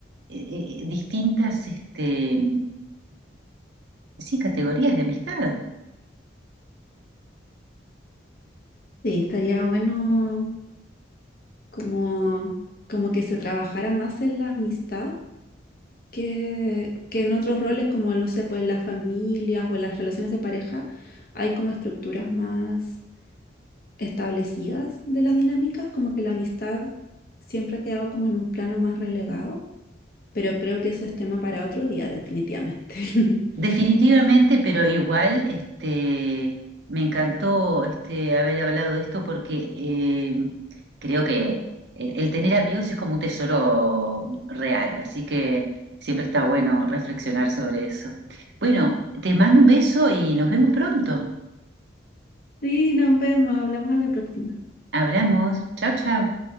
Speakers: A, on the right; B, on the left.
A: eh, eh, distintas, este, sí, categorías de amistad.
B: Sí, estaría bueno como, como que se trabajara más en la amistad que, que en otros roles como el, no sé, pues en las familias o en las relaciones de pareja, hay como estructuras más establecidas de las dinámicas, como que la amistad siempre ha quedado como en un plano más relegado, pero creo que eso es tema para otro día, definitivamente. <laughs>
A: Definitivamente, pero igual, este, me encantó este, haber hablado de esto porque eh, creo que el, el tener amigos es como un tesoro real, así que siempre está bueno reflexionar sobre eso. Bueno, te mando un beso y nos vemos pronto.
B: Sí, nos vemos, hablamos a la próxima.
A: Hablamos. Chao, chao.